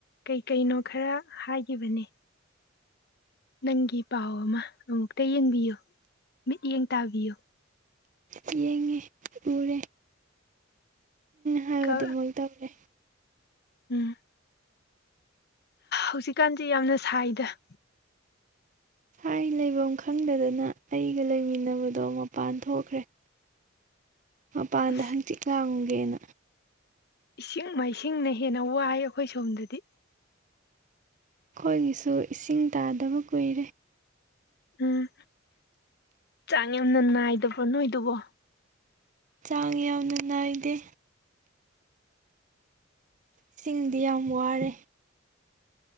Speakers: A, on the left; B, on the right.
A: ꯀꯩꯀꯩꯅꯣ ꯈꯔ ꯍꯥꯏꯈꯤ ꯕꯅꯤ ꯅꯪꯒꯤ ꯄꯥꯎ ꯑꯃ ꯑꯃꯨꯛꯇ ꯌꯦꯡꯕꯤꯌꯨ ꯃꯤꯠꯌꯦꯡ ꯇꯥꯕꯤꯌꯨ
B: ꯆꯦꯡꯉꯦ ꯎꯔꯦ ꯍꯥꯏꯕ
A: ꯀ
B: ꯑꯗꯨꯃꯣꯏ ꯇꯧ꯭ꯔꯦ
A: ꯎꯝ ꯍꯧꯖꯤꯛꯀꯥꯟꯖꯤ ꯌꯥꯝꯅ ꯁꯥꯏꯗ
B: ꯑꯩ ꯂꯩꯕꯝ ꯈꯪꯗꯗꯅ ꯑꯩꯒ ꯂꯩꯃꯤꯟꯅꯕꯗꯣ ꯃꯄꯥꯟ ꯊꯣꯛꯈ꯭ꯔꯦ ꯃꯄꯥꯟꯗ
A: ꯑꯁ
B: ꯍꯛꯆꯤꯛ ꯂꯥꯡꯒꯦꯅ
A: ꯏꯁꯤꯡ ꯃꯥꯏꯁꯤꯡꯅ ꯍꯦꯟꯅ ꯋꯥꯏ ꯑꯈꯣꯏ ꯁꯣꯝꯗꯗꯤ
B: ꯈꯣꯏꯒꯤꯁꯨ ꯏꯁꯤꯡ ꯇꯥꯗꯕ ꯀꯨꯏꯔꯦ
A: ꯎꯝ ꯆꯥꯡ ꯌꯥꯝꯅ ꯅꯥꯏꯗꯕ꯭ꯔꯣ ꯅꯣꯏꯗꯨꯕꯨ
B: ꯆꯥꯡ ꯌꯥꯝꯅ ꯅꯥꯏꯗꯦ ꯏꯁꯤꯡꯗꯤ ꯌꯥꯝ ꯋꯥꯔꯦ